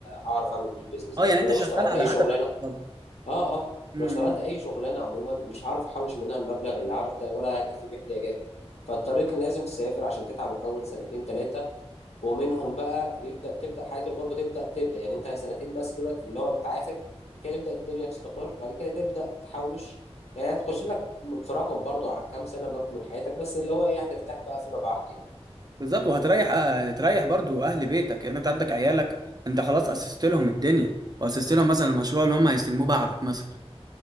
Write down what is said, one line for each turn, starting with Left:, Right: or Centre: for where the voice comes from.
Left: اعرف اعمل بيه البيزنس
Right: اه
Left: ده
Right: يعني
Left: ولو
Right: انت شغال
Left: اشتغلت
Right: على
Left: اي
Right: هدفك
Left: شغلانه
Right: طبعا
Left: اه اه
Right: امم
Left: ولو اشتغلت اي شغلانه عموما مش هعرف احوش منها المبلغ اللي اعرف ده ولا هكفي بيه احتياجاتي فاضطريت ان لازم تسافر عشان تتعب الاول سنتين ثلاثه ومنهم بقى يبدا تبدا حياه الغربه تبدا تبدا يعني انت سنتين بس دلوقتي اللي هو بتعافر بعد كده تبدا الدنيا تستقر بعد كده تبدا تحوش يعني هتخش لك في رقم برضو عن كام سنه برضو من حياتك بس اللي هو ايه هترتاح بقى فيما بعد يعني
Right: بالظبط وهتريح آه، هتريح برضو اهل بيتك يعني انت عندك عيالك انت خلاص اسست لهم الدنيا واسست لهم مثلا المشروع اللي هم هيستلموه بعدك مثلا